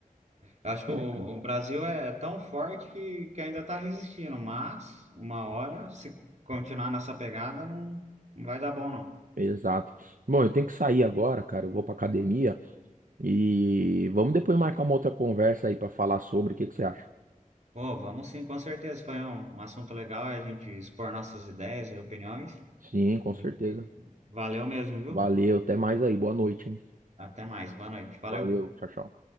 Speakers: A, on the right; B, on the right.
A: acho que
B: É,
A: o,
B: cara.
A: o Brasil é tão forte que, que ainda está resistindo, mas uma hora, se co- continuar nessa pegada, não, não vai dar bom, não.
B: Exato. Bom, eu tenho que sair agora, cara. Eu vou pra academia e vamos depois marcar uma outra conversa aí para falar sobre o que que você acha.
A: Pô, vamos sim, com certeza. Foi um, um assunto legal, é a gente expor nossas ideias e opiniões.
B: Sim, com
A: E
B: certeza.
A: valeu mesmo, viu?
B: Valeu, até mais aí. Boa noite, hein?
A: Até mais, boa noite. Valeu.
B: Valeu, tchau, tchau.